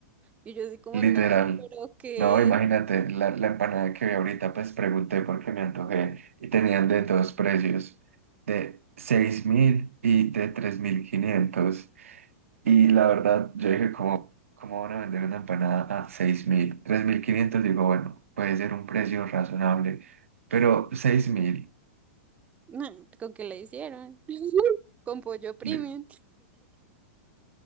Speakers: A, on the right (about 20°); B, on the right (about 75°).
A: Y yo así como,
B: Literal.
A: no, pero qué,
B: No, imagínate, la, la empanada que vi ahorita, pues pregunté porque me antojé y tenían de dos precios, de 6.000 y de tres mil quinientos Y la verdad, yo dije, ¿cómo, cómo van a vender una empanada a seis mil tres mil quinientos digo, bueno, puede ser un precio razonable, pero 6.000,
A: no, ¿con qué la hicieron? <laughs> Con pollo premium.
B: li-